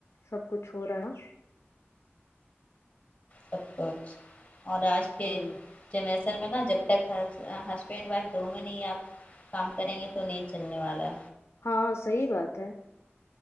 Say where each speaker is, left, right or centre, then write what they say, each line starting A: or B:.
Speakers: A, on the left (about 75°); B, on the left (about 25°).
A: سب کچھ ہو رہا ہے ن
B: سب کچ اور آج کے
A: ہ
B: میں نا جب تک ہسبینڈ وائف دونوں نہیں آپ کام کریں گے تو نہیں چلنے والا
A: ہاں صحیح بات ہے